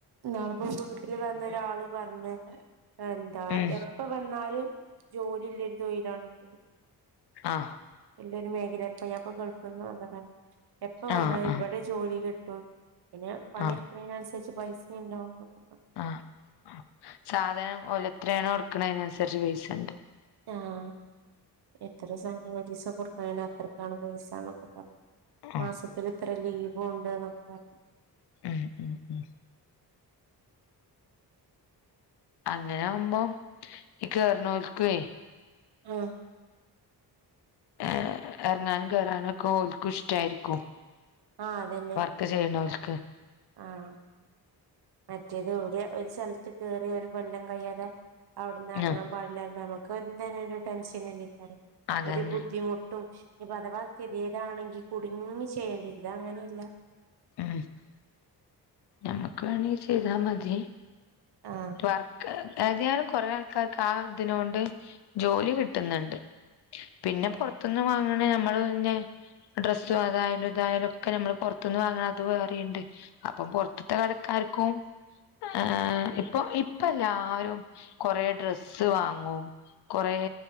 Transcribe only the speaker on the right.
നാളിപ്പോ വീട്ടില് വന്ന ഒരാള് പറഞ്ഞ് എന്താ
എപ്പ വന്നാലും ജോലി ഇല്ല. ഒരു തൊഴിലാണിത്.
ഇല്ലൊരു മേഖല ഇപ്പ ഞൻപ്പോ ഗൾഫിൽ നിന്ന് വന്നതാണ് എപ്പ വന്നാലും
ഇവിടെ ജോലി കിട്ടും. പിന്നെ പണിയെടുക്കുന്ന
തിനനുസരിച് പൈസ ഉണ്ടാവും. പറഞ്ഞു
ആഹ്, എത്ര സാധനംഒരു ദിവസം കൊടുക്നീന് അത്രക്കാണ് പൈസ ന്നൊക്കെ ക്കെ പറഞ്ഞു
മാസത്തില് ഇത്ര ലീവ് ഉണ്ട് എന്നൊ പറഞ്ഞു
<unintelligible>
ആഹ്, അതന്നെ.
ആഹ്, മറ്റേത് ഇവിടെ ഒരു സ്ഥലത്ത് കേറി ഒരു കൊല്ലം കഴിയാതെ അവിടന്ന് ഇറങ്ങാൻ
പാടില്ലന്ന് പറയുമ്പോ, നമുക്ക് എന്താ യാലും ഒരു ടെൻഷൻ അല്ല്യക്കാരം.
ഒരു ബുദ്ധിമുട്ട് ട്ടും. ന്നി, പ്പൊ, അധവാ, കതിയേഡ് ആ ണെങ്കിൽ കുടുങ്ങി ചെയ്യേണ്ടി വരും. ഇത് അങ്ങനെയല്ല.
ആഹ്
ആഹ്